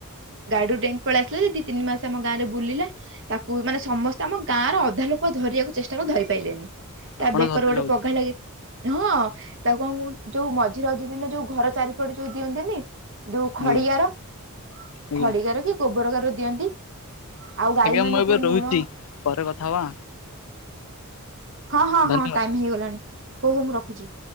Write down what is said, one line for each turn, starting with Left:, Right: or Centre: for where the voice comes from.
Right: ଗାଡିରୁ ଡେଇଁକି ପଳେଇ ଆସିଲି ଦି ତିନି ମାସ ଆମ ଗାଁରେ ବୁଲିଲା। ତାକୁ ମାନେ ସମସ୍ତେ ଆମ ଗାଁ ର ଅଧା ଲୋକ ଧରିବାକୁ ଚେଷ୍ଟା କଲେ ଧରି ପାଇଲେନି। ତା,
Left: ଆପଣ
Right: ବେକରେ
Left: ଧରିଦେଲେ
Right: ଗୋଟେ
Left: ବୋଧେ
Right: ପଘା ଲାଗି ହଁ, ତାକୁ କଣ କହୁନୁ ଯୋଉ ମଝି ରଜ ଦିନ ଯୋଉ ଘର ଚାରି ପଟେ ଯୋଉ ଦିଅନ୍ତି ନି ଯୋଉ ଖଡିୟା
Left: ଆଜ୍ଞା
Right: ର।
Left: ଆଜ୍ଞା
Right: ଖଡିଗାର କି ଗୋବର ଗାର ଦିଅନ୍ତି। ଆଉ ଗାଈ
Left: ଆଜ୍ଞା
Right: ମାନଙ୍କୁ
Left: ମୁଁ ଏବେ ରହୁଛି
Right: ଲୁଣ।
Left: ପରେ କଥା ହବା।
Right: ହଁ ହଁ
Left: ଧନ୍ୟବାଦ।
Right: ହଁ ଟାଇମ୍ ହେଇଗଲାଣି। ହଉ ହଉ ମୁଁ ରଖୁଚି।